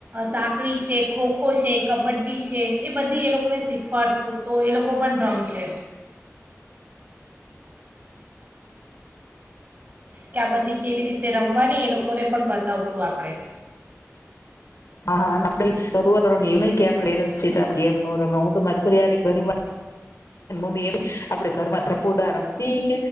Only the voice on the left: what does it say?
હા હા આપણે શરૂઆત કરવાનું એવું નઈ કે આપ પેરેન્ટ્સ છીએ તો આપણે ગેમ નો રમા હું તો માર છોકરી હારે ઘણીવાર મમ્મી એમ કેય આપણે ઘરમાં થપ્પો દાવ શીખ